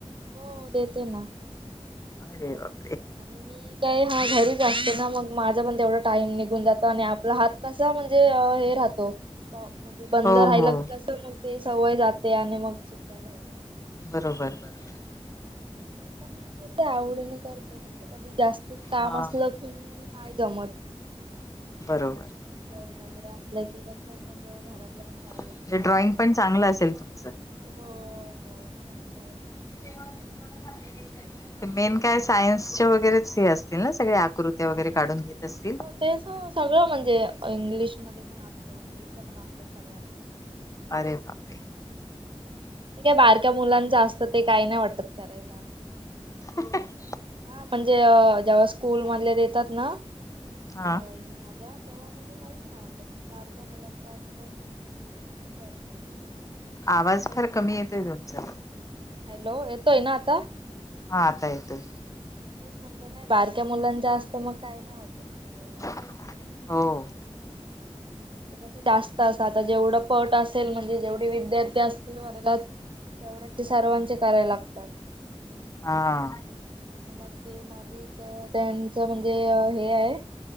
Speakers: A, on the right (about 50°); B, on the left (about 30°).
A: हो देते ना
B: अरे बापरे! !
A: आणि मी काय हा घरीच असते ना, मग माझा पण तेवढा टाइम निघून जातो आणि आपला हात कसा म्हणजे हे राहत- म्हणजे बंद
B: हो
A: राहिला
B: हो
A: की कसं मग ते सवय जाते आणि मग चुयला होत
B: बरोबर बरोबर
A: मी पण घेते आवडीने करते, फक्त कधी जास्तच काम
B: हा
A: असलं की मी नाही जमत
B: बरोबर
A: सण वगैरे असल्या की कस मग घरातला पण करायला
B: म्हणजे
A: लागतं ना
B: ड्रॉइंग
A: आपल्याला.
B: पण चांगलं असेल तुमचं
A: हो, ड्रॉइंग चांगलं आहे माझं
B: <inaudible>
A: <inaudible>
B: मेन काय सायन्सचे वगैरेच हे असतील ना सगळे आकृत्या वगैरे काढून घेत असतील
A: ते सगळं म्हणजे इंग्लिशमध्ये पण असतं इंग्लिशच्या पण असतात सगळं
B: अरे बापरे
A: काय बारक्या मुलांच असतं ते काही नाही वाटत करायला
B: ह
A: हा म्हणजे जेव्हा स्कूल मधले येतात ना तेव्हा
B: हा
A: म्हणजे काहीच नव्हतं बारक्या मुलांच असत करते
B: आवाज
A: ते
B: फार
A: मग
B: कमी येतोय तुमचा
A: हॅलो येतोय ना आता
B: हा आता येतोय.
A: तेच म्हटलं नाही बारक्या मुलांच्या असतं मग काय नाही वाटत करायला.
B: हो.
A: जसे जास्त असं आता जेवढं पट असेल म्हणजे जेवढी विद्यार्थी असतील वर्गात तेवढ्यांचे सर्वांचे कराय लागतात.
B: हां.
A: आणि मग ते मागे तर त्यांचं म्हणजे हे आहे